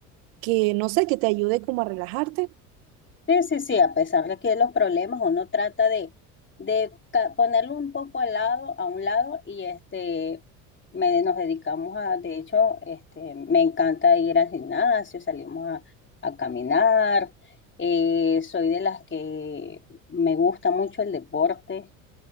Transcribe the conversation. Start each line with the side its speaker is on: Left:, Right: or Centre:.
Right: que no sé, que te ayude como a relajarte.
Left: Sí, sí, sí, a pesar de que los problemas uno trata de, de ca- ponerlo un poco al lado, a un lado, y este, me, nos dedicamos a, de hecho, este, me encanta ir al gimnasio, salimos a, a caminar, eh, soy de las que me gusta mucho el deporte